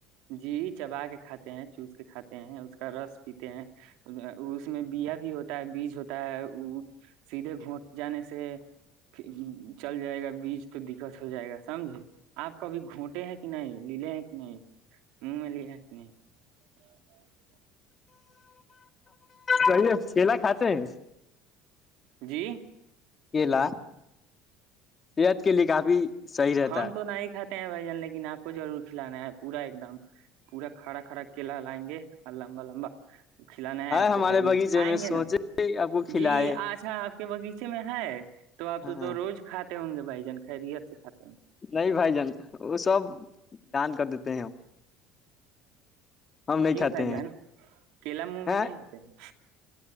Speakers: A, on the right; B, on the left.
A: جی چبا کے کھاتے چوس کے کھاتے ہیں اس کا رس پیتے ہیں اس میں بیا بھی ہوتا ہے بیج ہوتا ہے سیدھے گھونٹ جانے سے چل جائے گا بیج تو دقت ہو جائے گا سمجھے آپ کبھی گھونٹے ہیں کہ نہیں ل لے ہیں کہ نہیں <unintelligible>
B: جیے چلا کھات ہیں
A: جی
B: کلا صحت کے لیے کافی صحیح رہتا
A: ہمم
B: ہے
A: تو نہیں خ ہیں بھ جان لیکن آپ کو ضرور کھلانا ہے پورا ایک دم پورا کڑا کرا کیلا لائیں گے اور لمبا لمبا کھلانا ہے آپ
B: ہمارے
A: کو بھائی جان
B: باغیچے
A: کھائیں
B: میں سوچے
A: گے نا
B: آپ کو کھلائے
A: جی اچھا کے باغیچے میں ہے تو آپ سے
B: ہاں
A: تو روز کھ ہوں گے بائی جان خائی ریت سےات
B: نہیں بھائی جان وہ سب دان کر دیتے ہیں ہم نہیں
A: کیوں
B: کھاتے
A: بھائی جان
B: ہیں
A: کیلا منہ میں
B: ہے
A: نہیں لیتے ہیں